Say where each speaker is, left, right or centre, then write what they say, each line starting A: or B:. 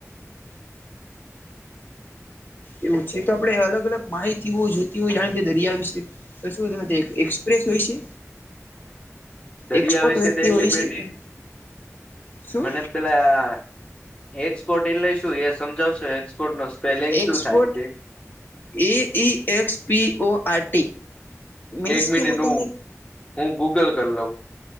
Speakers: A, on the left; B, on the left.
A: એવું છે, તો આપણે અલગ અલગ માહિતીઓ જોતી હોય જાણકે દરિયા વિશે. તો શું તમે એક એક્સપ્રેસ હોય છે.
B: દરિયા
A: એક્સપર્ટ
B: વિશે
A: વ્યક્તિ
B: તો એટલી
A: હોય
B: બેટી
A: છે એમ શું
B: મને. પેલા એક્સપોર્ટ એટલે શું એ સમજાવશો એક્સપોર્ટ નો. સ્પેલિંગ
A: એક્સપોટ
B: શું થાય છે
A: એ E X P O R T. મીન્સ
B: એક મિનિટ
A: કે
B: હું
A: તમને
B: હું ગૂગલ કરી લઉં.